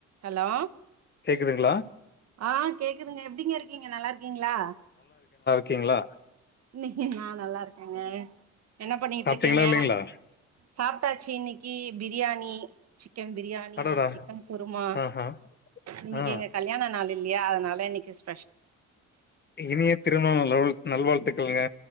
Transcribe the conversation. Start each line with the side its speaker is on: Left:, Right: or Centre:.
Right: hello
Left: கேக்குதுங்களா
Right: ஆ கேக்குதுங்க எப்டிங்க இருக்கீங்க நல்லா இருக்கீங்ளா
Left: கீங்ளா
Right: நீ நா நல்லா இருக்கேங்க என்ன பண்ணிட்டுருக்கீங்க
Left: சாப்ட்டீங்களா இல்லைங்களா
Right: சாப்ட்டாச்சி இன்னக்கி ப்ரியாணி சிக்கன் பிரியாணி
Left: அடடா
Right: சிக்கன் குருமா
Left: ஆஹா
Right: இன்னக்கி
Left: ஆ
Right: எங்க கல்யாண நாள் இல்லையா அதனால இன்னக்கி ஸ்
Left: இனிய திருமண லெவல் நல்வாழ்த்துக்களுங்க